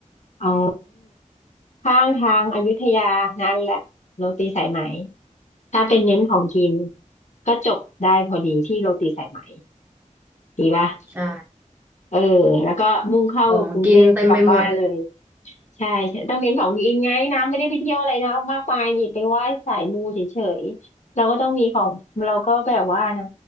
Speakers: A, on the left; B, on the right.
A: อ๋อข้างทางอยุธยานั่นแหละโรตีสายไหมถ้าเป็นเน้นของกินก็จบได้พอดีที่โรตีสายไหมดีป่ะ
B: ใช่
A: เออแล้วก็มุ่งเข้ากรุงเทพกลับบ้านเลย
B: ของกินเต็มไปหมด
A: ใช่ใช่ต้องเน้นของกินไงนะไม่ได้ไปเที่ยวอะไรนะมากมายนี่ไปไหว้สายมูเฉยๆเราก็ต้องมีของเราก็แบบว่านะ